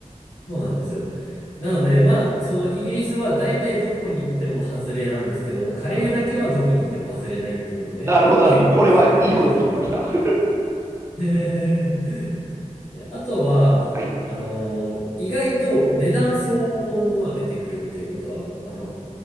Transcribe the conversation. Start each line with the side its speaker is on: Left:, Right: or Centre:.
Left: そうなんですよ。なので、まあ、そのイギリスは大体どこに行っても外れなんですけども、カレーだけはどこに行っても外れないっていうので、
Right: <laughs> なるほど、なるほど。
Left: 結構おすすめですね。
Right: これはいいことを聞きました。
Left: <laughs> で、あとは、
Right: <laughs> はい、
Left: あのー意外と値段相応のものは出てくるっていうことは、あの、